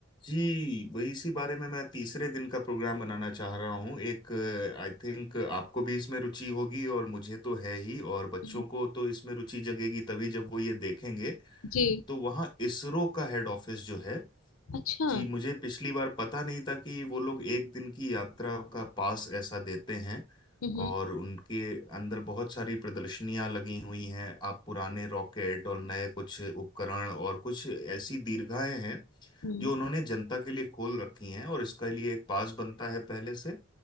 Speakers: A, on the left; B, on the left.
A: जी वही इसी बारे में मैं तीसरे दिन का प्रोग्राम बनाना चाह रहा हूँ एक आई थिंक आपको भी इसमें रुचि होगी और मुझे तो है ही और बच्चों
B: हम्म,
A: को तो इसमें रुचि जगेगी तभी जब वो ये देखेंगे
B: जी
A: तो वहाँ इसरो का हेड ऑफिस जो है
B: अच्छा
A: कि मुझे पिछली बार पता नहीं था कि वो लोग एक दिन की यात्रा का पास ऐसा देते हैं
B: हम्म,
A: और उनके अंदर बहुत सारी प्रदर्शनियां लगी हुई हैं आप पुराने रॉकेट और नए कुछ उपकरण और कुछ ऐसी दीर्घाएं हैं
B: हम्म
A: जो उन्होंने जनता के लिए खोल रखी हैं और इसके लिए एक पास बनता है पहले से